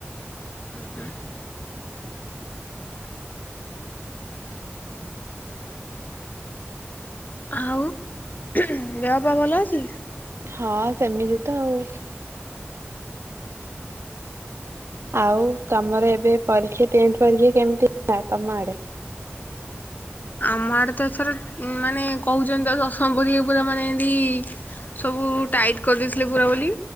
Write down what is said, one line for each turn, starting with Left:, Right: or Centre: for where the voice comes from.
Left: ଉଁ ହୁଁ। ଆଉ ଦେହପା ଭଲ ଅଛି?
Right: ହଁ ସେମିତି ତ ଆଉ। ଆଉ ତମର ଏବେ ପରୀକ୍ଷା ଟେନଥ ପରୀକ୍ଷା କେମିତି ହେଲା ତମ ଆଡେ?
Left: ଆମ ଆଡେ ତ ଏଥର ମାନେ କହୁଛନ୍ତି ତ ଦଶମ ପରୀକ୍ଷା ପୁରା ମାନେ ଏନ୍ତି ସବୁ ଟାଇଟ କରିଦେଇଥିଲେ ପୁରା ବୋଲି